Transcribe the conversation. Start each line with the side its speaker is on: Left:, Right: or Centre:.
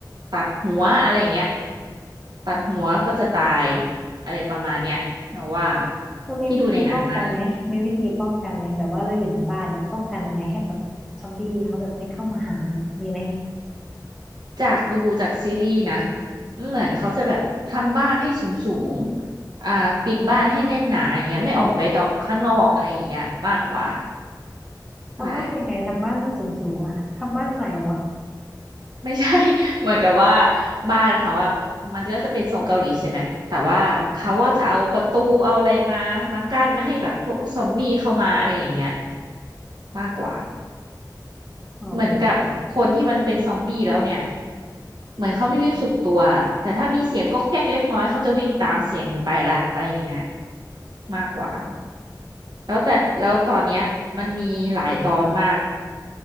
Right: ตัดหัวอะไรอย่างเงี้ยตัดหัวก็จะตายอะไรประมาณเนี้ยเราว่า
Centre: มันมีวิธีป้องกันไหมมีวิธีป้องกันไหมแบบว่าเราอยู่ในบ้านเนี่ยป้องกันยังไงให้แบบซอมบี้เขาแบบไม่เข้ามาหาเนี่ยมีไหม
Right: ที่ดูในหนังมาจากดูจากซีรีส์นะเหมือนเขาจะแบบทำบ้านให้สูงสูงอ่าปิดบ้านให้แน่นหนาอย่างเงี้ยไม่ออกไปต่อข้างนอกอะไรอย่างเงี้ยมากกว่า
Centre: ทำบ้านยังไงทำบ้านให้สูงสูงอ่ะทำบ้านใหม่เหรอ
Right: ใช่ ไม่ใช่ <laughs> เหมือนกับว่าบ้านเขาว่ามันก็จะเป็นทรงเกาหลีใช่ไหมแต่ว่าเขาก็จะเอาประตูเอาอะไรมามากั้นไม่ให้แบบพวกซอมบี้เข้ามาอะไรอย่างเงี้ย
Centre: อ๋อ
Right: มากกว่า
Centre: อ๋อ
Right: เหมือนกับคนที่มันเป็นซอมบี้แล้วเนี่ยเหมือนเขาไม่รู้สึกตัวแต่ถ้ามีเสียงก๊อกแก๊กเล็กน้อยเขาจะวิ่งตามเสียงไปละอะไรอย่างเงี้ยมากกว่าแล้วแต่แล้วตอนเนี้ยมันมีหลายตอนมาก